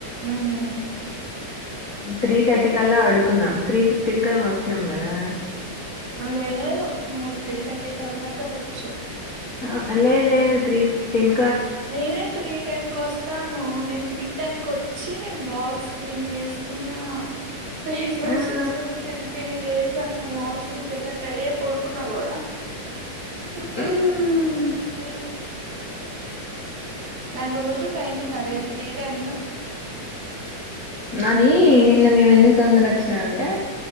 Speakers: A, on the right (about 70°); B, on the left (about 40°).
A: ఉమ్
B: త్రీ థర్టీ కల్లా అడుకున్నాం త్రీ ఫిఫ్టీన్ కేమో వచ్చినాం కదా
A: లేదు నువ్వు త్రీ థర్టీ తర్వాత వచ్చవ్
B: ఆ లేదు లేేదు త్రీ ఫిఫ్టటీన్
A: నేనే త్రీ టెన్ కీ వస్తాను నేను త్రీ దనికి వచ్చి నేను బాక్స్ క్లీన్ చేేసుకున్న ఫేస్ వాష్
B: ఆ,
A: చేసుకుని స్క్రన్ కిన్ చేసాను వాష్రూమ్ కెల్లాను రెడీ అయి పడుకున్నా కూడా
B: ఊహు
A: ఉ నాది రోజు టైమింగ్ అదే త్రీ టెన్
B: అది నిన్న మేము ఎందుకు తొందర వచ్చినా అంటే